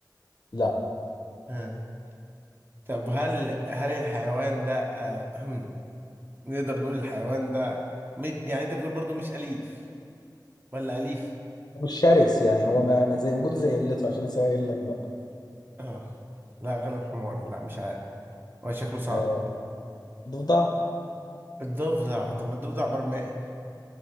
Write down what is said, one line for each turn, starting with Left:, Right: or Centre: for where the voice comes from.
Left: لا
Right: ها طب هل هل الحيوان ده آه، <clears throat> نقدر نقول الحيوان ده م- يعني انت بتقول برضو مش أليف ولا أليف؟
Left: مش شرس يعني هو ما ما زي وجوده زي قلته عشان اسهل لك بقى
Right: اه لا غلب حماري لا مش عارف هو شكله صعب
Left: آه، ضفدع
Right: الضفدع طب ما الضفدع برمائي